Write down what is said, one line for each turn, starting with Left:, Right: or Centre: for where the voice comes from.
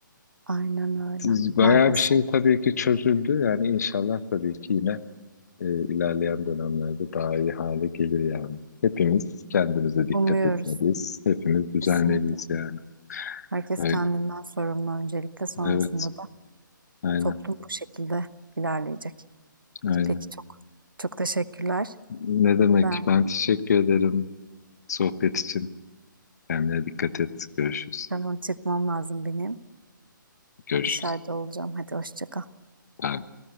Right: Aynen öyle.
Left: Siz- Bayağı
Right: Maalesef.
Left: bir şey tabii ki çözüldü yani inşallah tabii ki yine e, ilerleyen dönemlerde daha iyi hale gelir yani. Hepimiz kendimize dikkat
Right: Umuyoruz.
Left: etmeliyiz. Hepimiz düzenleliyiz
Right: Kesinlikle.
Left: yani.
Right: Herkes
Left: Öyle.
Right: kendinden sorumlu öncelikle sonrasında
Left: Evet.
Right: da
Left: Aynen.
Right: toplum bu şekilde ilerleyecek.
Left: Aynen.
Right: Peki çok çok teşekkürler.
Left: Ne demek?
Right: Ben
Left: Ben teşekkür ederim sohbet için. Kendine dikkat et. Görüşürüz.
Right: tamam çıkmam lazım benim.
Left: Görüşürüz.
Right: Dışarıda olacağım. Hadi hoşça kal.
Left: Bay bay.